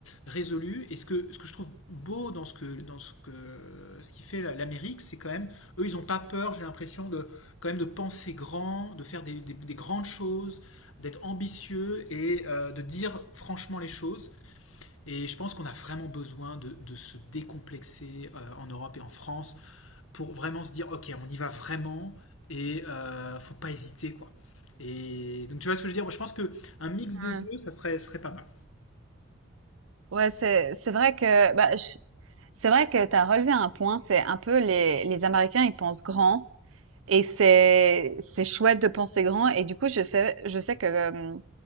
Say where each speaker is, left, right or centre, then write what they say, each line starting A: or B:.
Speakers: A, on the left; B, on the right.
A: résolue. Et ce que, ce que je trouve beau dans ce que, dans ce que, ce qui fait la- l'Amérique, c'est quand même, eux, ils n'ont pas peur, j'ai l'impression, de, quand même de penser grand, de faire des, des- des grandes choses, d'être ambitieux et euh, de dire franchement les choses. Et je pense qu'on a vraiment besoin de, de se décomplexer euh, en Europe et en France pour vraiment se dire, ok, on y va vraiment et euh, faut pas hésiter, quoi. Et donc tu vois ce que je veux dire? Moi, je pense que un mix des
B: Ouais.
A: deux, ça serait, serait pas mal.
B: Ouais, c'est c'est vrai que, bah, je c'est vrai que t'as relevé un point, c'est un peu les les Américains, ils pensent grand et c'est c'est chouette de penser grand et du coup, je sais je sais que, hem,